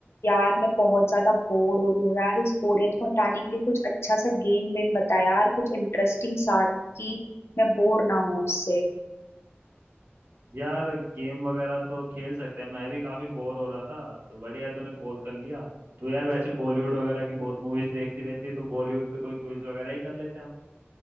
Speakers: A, on the left; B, on the right.
A: यार मैं बहुत ज्यादा बोर हो रही हूँ यार इस बोरियत को हटाने के लिए कुछ अच्छा सा गेम वेम बता यार कुछ इंटरेस्टिंग सा कि मैं बोर ना हूँ उससे
B: यार गेम वगैरह तो खेल सकते हैं मैं भी काफी बोर हो रहा था तो बढ़िया तूने कॉल कर लिया तो यार वैसे बॉलीवुड वगैरह की बहुत मूवीज देखती रहती है तो बॉलीवुड पे कोई क्विज वगैरह ही कर लेते हैं हम